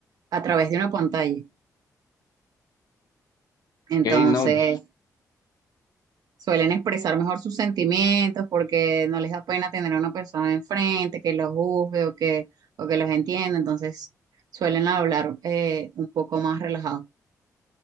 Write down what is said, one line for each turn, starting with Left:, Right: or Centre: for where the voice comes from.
Right: a través de una pantalla. Entonces,
Left: Hey, no, yo-
Right: suelen expresar mejor sus sentimientos porque no les da pena tener a una persona enfrente que los juzgue o que, o que los entienda. Entonces, suelen hablar eh, un poco más relajados.